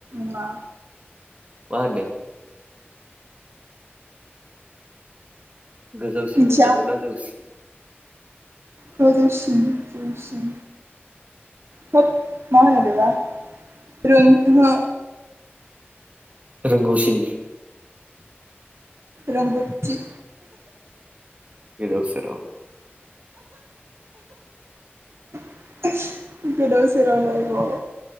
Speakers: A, on the right (about 75°); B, on the right (about 35°).
A: नङा।
B: मा होनदों? गोजौसिन
A: मिथिया
B: होननांगौना जौसिन?
A: गोजौसिन। जौसिन थोद मा होनो बेबा। रों ओहो।
B: रोंगौसि नि
A: रोंगौ थि
B: गोदाव सोराव
A: <unintelligible> गोदाव सोराव लायबाव